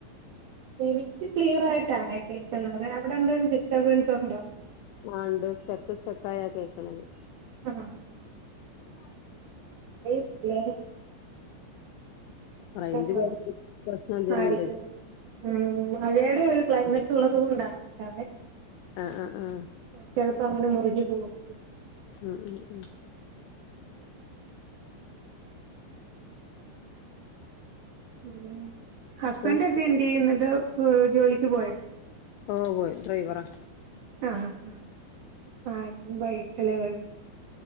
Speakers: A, on the right (about 80°); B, on the left (about 85°).
A: എനിക്ക് ക്ലിയർ ആയിട്ടാണെ കേൾക്കുന്നത് അവടെന്തേലും ഡിസ്റ്റർബൻസ് ഉണ്ടോ?
B: ആഹ് ണ്ട് സ്റ്റെക്ക് സ്റ്റെക്കായാ കേൾക്ണത്.
A: <unintelligible>
B: <inaudible>
A: അറിയത്തില്ലേ. എന്താ
B: റേഞ്ച്
A: കുഴപ്പം
B: പോന്ന പ്രശ്നം എന്തേലുണ്ട്
A: ആയിരിക്കും ഉം, മഴയുടെ ഒരു ക്ലൈമറ്റ് ഉള്ളത് കൊണ്ടായിരിക്കാവേ
B: ആഹ് ആ ആ.
A: ചെലപ്പോ അങ്ങനെ മുറിഞ്ഞു പോണത്
B: ഉം ഉം ഉം.
A: ഉം ഹസ്ബൻഡൊക്കെ
B: ഉം
A: എന്ത് ചെയ്യുന്നു ജോലിക്ക് പോയോ
B: ഓ പോയി ഡ്രൈവറാ
A: ആഹ് ആഹ് ആഹ് വൈകിട്ടല്ലേ വരത്ത്